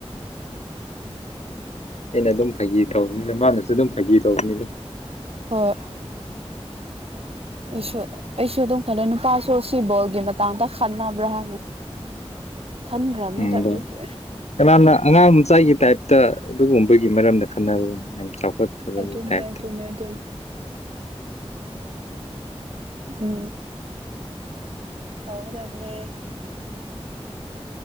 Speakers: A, on the left (about 80°); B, on the right (about 60°).
A: ꯑꯩꯅ ꯑꯗꯨꯝ ꯐꯥꯒꯤ ꯇꯧꯕꯅꯤꯅ ꯃꯥꯅꯁꯨ ꯑꯗꯨꯝ ꯐꯥꯒꯤ ꯇꯧꯕꯅꯤꯅ
B: ꯍꯣꯏ ꯑꯩꯁꯨ ꯑꯩꯁꯨ ꯑꯗꯨꯝ ꯈꯜꯂ ꯅꯨꯄꯥꯁꯨ ꯁꯤꯕꯣꯜꯒꯤ ꯃꯇꯥꯡꯗ ꯈꯟꯅꯕ꯭ꯔꯥ ꯍꯥꯏꯅ <inaudible> ꯈꯟꯈ꯭ꯔꯕꯅꯤꯗ
A: ꯎꯗ
B: ꯑꯗꯨꯒꯤ
A: ꯀꯅꯥꯅ ꯑꯉꯥꯡ ꯑꯃ ꯆꯥꯏꯒꯤ ꯇꯥꯏꯞ ꯇ ꯑꯗꯨꯒꯨꯝꯕꯒꯤ ꯃꯔꯝꯗ ꯈꯟꯅ ꯌꯥꯝ ꯆꯥꯎꯈꯠ ꯐꯠꯇ
B: ꯑꯗꯨꯅꯦ
A: ꯇꯥꯏꯇ
B: ꯑꯗꯨꯅꯦ ꯑꯗꯨꯅꯦ ꯎ ꯍꯥꯎꯗꯗꯦ